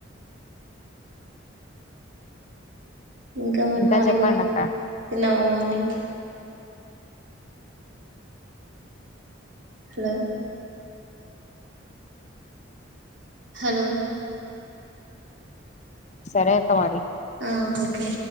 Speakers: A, on the right (about 70°); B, on the left (about 35°).
A: ఇంకా మరి
B: ఇంక
A: మార్నింగ్
B: చెప్పండి అక్క
A: తిన్నావా మార్నింగ్ <inaudible> హలో హలో
B: సరే అక్క మరి
A: ఆ ఓకే